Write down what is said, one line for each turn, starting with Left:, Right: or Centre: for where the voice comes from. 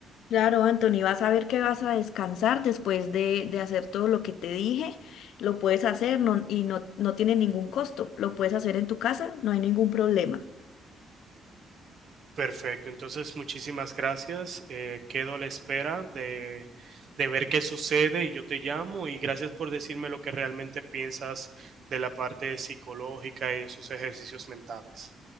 Left: Claro, Anthony, vas a ver que vas a descansar después de, de hacer todo lo que te dije. Lo puedes hacer no- y no, no tiene ningún costo. Lo puedes hacer en tu casa, no hay ningún problema.
Right: Perfecto, entonces muchísimas gracias. Eh, quedo a la espera de, de ver qué sucede y yo te llamo y gracias por decirme lo que realmente piensas de la parte psicológica y de sus ejercicios mentales.